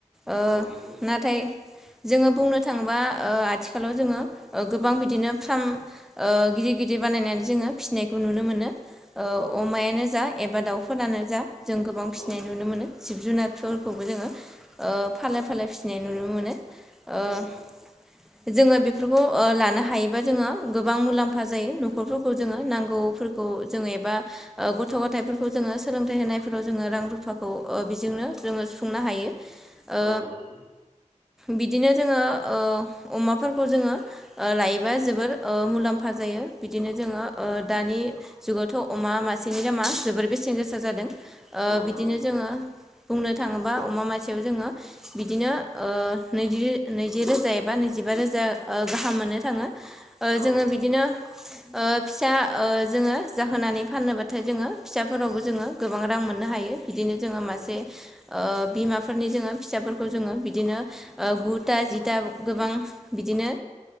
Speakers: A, in the centre; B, on the left.
A: ओ‌
B: औ नंगौ
A: ना थाय जोंङो बुंनो थाङोबा ओ आथिखालाव जोंङो ओ गोबां बिदिनो फार्म ओ गिदिर गिदिर बानायनानै जोंङो फिसिनाय खौ नुनो मोनो ओ
B: औ
A: अमायानो
B: औ
A: जा एबा दाउफोरानो जा जों गोबां फिसिनाय
B: औ
A: नुनो मोनो जिब जुनारफोरखौबो
B: नंगौ
A: जोंङो ओ फालो फालो फिसिनाय नुनो मोनो ओ
B: औ औ
A: जोंङो बेफोरखौ ओ लानो हायोबा जोंङो गोबां मुलाम्फा जायो न'खरफोरखौ जोंङो नां गौफोरखौ जोंङो एबा ओ गथ' गथायइफोरखौ जोंङो सोलोंथाइ होनायफोराव जोंङो रां रुफाखौ ओ बिजोंनो जोंङो सुफुंनो हायो। ओ
B: औ नंगौ
A: बिदिनो जोंङो ओ अमाफोरखौ जोंङो ओ लायोबा
B: औ
A: जोबोर ओ मुलाम्फा जायो बिदिनो जोंङो ओ दानि जुगावथ' अमा मासेनि दामा जोबोर बेसेन गोसा जादों। ओ
B: औ
A: बिदिनो
B: नंगौ
A: जोंङो बुंनो थाङोबा अमा मासेयाव जोंङो बिदिनो ओ नैजि रो नैजि रोजा एबा नैजिबा रोजा गाहाम मोननो थाङो ओ
B: औ
A: जोंङो बिदिनो ओ‌ फिसा ओ जोंङो जाहोनानै फाननोबाथाय जोंङो फिसाफोरावबो जोंङो गोबां रां मोननो हायो। बिदिनो जोंङो
B: औ
A: मासे बिमाफोरनि जोंङो फिसाफोरखौ जोंङो बिदिनो गुथा जिथा गोबां बिदिनो